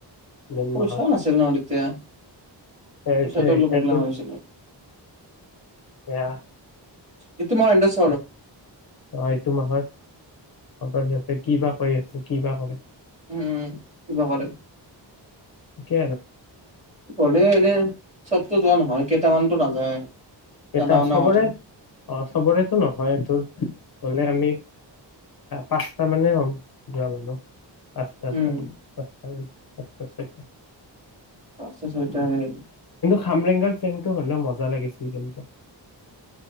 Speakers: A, on the left; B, on the right.
A: মেইন
B: পইচা
A: মাহত
B: নাছিল ন তেতিয়া
A: এতিয়া
B: পইচাটো অলপ
A: এতিয়াতো
B: প্ৰব্লেম হৈছিল
A: সেয়া
B: এই তো এণ্ড্ৰইড
A: অঁ এইটো মাহত সিহঁতে কি বা কৰি আছে কি বা কৰে
B: উম কিবা কৰোতে
A: কি
B: কৰে এনেই চবতো যোৱা নহয় কেইটামানতো নাযায় জানা
A: এটা
B: শুনা
A: চবৰে
B: কথা
A: অঁ চবৰেতো নহয় তোৰ গলে আমি পাঁচটা মানেই হ'ম যোৱা মানহ পাঁচটা
B: উম,
A: মানু্হ পাঁচটা আ ', আ্চ
B: আছে ছটাই
A: খামৰেংগাৰ ফ্ৰেমতটো হলে মজা লাগিছিল। <inaudible>